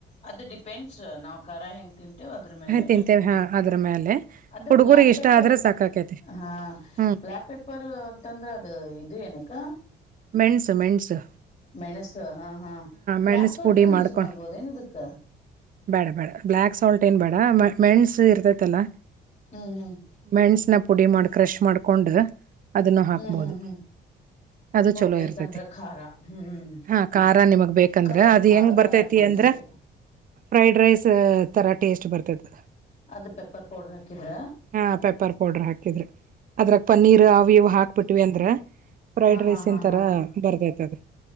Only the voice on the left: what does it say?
ಅದು ಡಿಪೆಂಡ್ಸ್ ನಾವ್ ಖರ ಹೆಂಗ್ ತಿನ್ ಅದ್ರ ಮೇಲೆ
ಅದ
ಬ್ಲಾಕ್
ಪೆಪ್ಪರ್
ಹಾ
ಬ್ಲಾಕ್ ಪೆಪ್ಪರ್ರ್ ಅಂತಂದ್ರೆ ಅದು ಇದು ಏನಕ್ಕ
ಮೈಣಸ್ ಹಾ ಹಾ ಬ್ಲ್ಯಾಕ್
ಸಾಲ್ಟ
ಯೂಸ್
ಮಾಡ್ಬೋದ ಏನ ಇದಕ್ಕ
ಹ್ಮ್ ಹ್ಮ್
ಹ್ಮ್ ಹ್ಮ್ ಹ್ಮ್
ಹೋ
ಬೇಕಂದ್ರ
ಖಾರ ಹ್ಮ್
ಖರೆ ಅದ್
ಬಾಳ
ಖಾರ ಆಗ್ಬಿಡ್ತೇತಿ
ಅದು ಪೆಪ್ಪರ್ ಪೌಡ್ರ್ ಹಾಕಿದ್ರ
ಹಾ
ಹಾ ಹಾ
ಹಾ ಹಾ